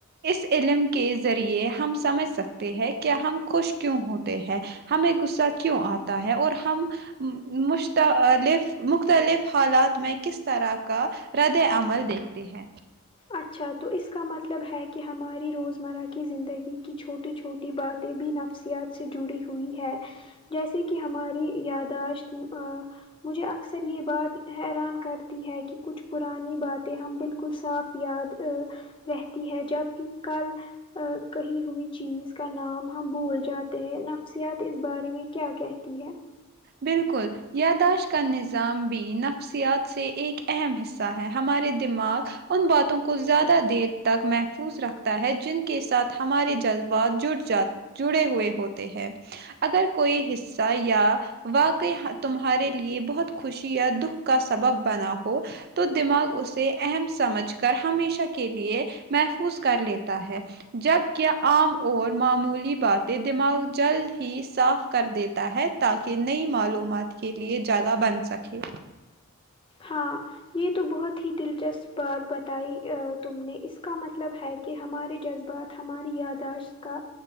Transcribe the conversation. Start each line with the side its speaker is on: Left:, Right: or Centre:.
Right: اس علم کے ذریعے ہم سمجھ سکتے ہیں کہ ہم خوش کیوں ہوتے ہیں ہمیں غصہ کیوں آتا ہے اور ہم مش تا لف مختلف حالات میں کس طرح کا رد عمل دیکھتے ہیں
Left: اچھا تو اس کا مطلب ہے کہ ہماری روزمرہ کی زندگی کی چھوٹی چھوٹی باتیں بھی نفس یات سے جڑی ہوئی ہے جیسے کہ ہماری یادداشت آں مجھے اکثر یہ بات حیران کرتی ہے کہ کچھ پرانی باتیں ہم بالکل صاف یاد رہتی ہے جبکہ کل کہی ہوئی چیز کا نام ہم بھول جاتے ہیں نفسیات اس بارے میں کیا کہتی ہے
Right: بالکل یادداشت کا نظام بھی نفسیات سے ایک اہم حصہ ہے ہمارے دماغ ان باتوں کو زیادہ دیر تک محفوظ رکھتا ہے جن کے ساتھ ہمارے جذبات جوڈھ جاتے جڑے ہوئے ہوتے ہیں اگر کوئی حصہ یا واقعی ہا تمہارے لیے بہت خوشی یا دکھ کا سبب بنا ہو تو دماغ اسے اہم سمجھ کر ہمیشہ کے لیے محفوظ کر لیتا ہے جب کا عام اور معمولی باتیں دماغ جلد ہی صاف کر دیتا ہے تاکہ کہ نئی معلومات کے لیے جگہ بن سکے
Left: ہاں یہ تو بہت ہی دلچسپ بات بتائی تم نے اس کا مطلب ہے کہ ہمارے جذبات ہماری یادداشت کا